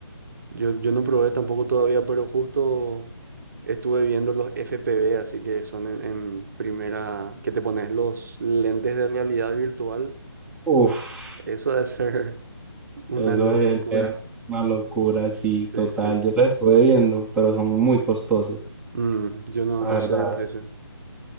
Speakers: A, on the right (about 45°); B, in the centre.
A: Yo, yo no probé tampoco todavía, pero justo estuve viendo los FPV, así que son en, en primera, que te pones los lentes de realidad virtual
B: Uf,
A: Uf, eso debe ser una
B: eso
A: locura.
B: es ser una locura, sí,
A: Sí,
B: total.
A: sí.
B: Yo lo estuve viendo, pero son muy costosos,
A: Mm, yo no,
B: la
A: no
B: verdad.
A: sé de precio.